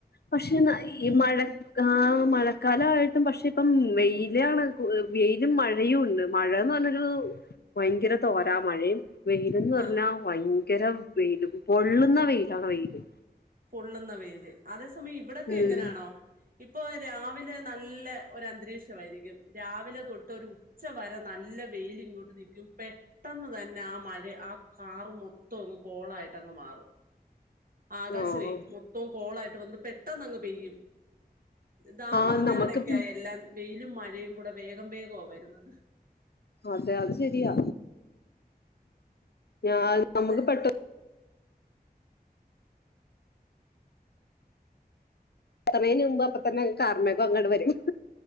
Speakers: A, on the left; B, on the right.
A: പക്ഷേ ഈ മഴ ആ മഴക്കാലമായിട്ടും പക്ഷെ ഇപ്പം വെയിലാണ് വെയിലും മഴയും ഉണ്ട് മഴാന്ന് പറഞ്ഞൊരു ഭയങ്കര തോരാ മഴയും വെയ്ലെന്ന് പറഞ്ഞാ
B: ആ
A: വൈ ഭങ്കര വെയിലും പൊള്ളുന്ന വെയിലാണ് വെയിലും
B: പൊള്ളുന്ന വെയ്ല് അത് ഇവിടൊക്കെ
A: ഉം
B: എങ്ങനാണോ ഇപ്പൊ രാ വിലെ നല്ല ഒരുഅന്തരീക്ഷമായിരിക്കും രാവിലെ തൊട്ട് ഒരു ഉച്ച വരെ നല്ല വെയില ഇങ്ങോട്ട് നിക്കും പെട്ടന്ന് തന്നെ ആ മഴ ആ കാറ്മൊത്തം അങ്ങ് കോളായിട്ട് അങ്ങ്മാറും ആകാശ
A: ആഹ്
B: പ്പെ മൊത്തം കോളായിട്ട് വന്നിട്ട് പെട്ടെന്ന് അങ്ങ് പെയ്യും താ
A: ആഹ്
B: പറഞ്ഞ
A: നമുക്ക്
B: കടക്കായി എല്ലാം വെയിലും മഴയും കൂടെ വേഗം വേഗം വരുന്നത്
A: അതെ അത് ശരിയാ ഞത് നമുക്ക്
B: അതെ
A: പെട്ടെന്ന് എത്തണേന് മുമ്പ് അപ്പ തന്നെ കാർമ്മയൊക്ക അങ്ങോട്ട് വരും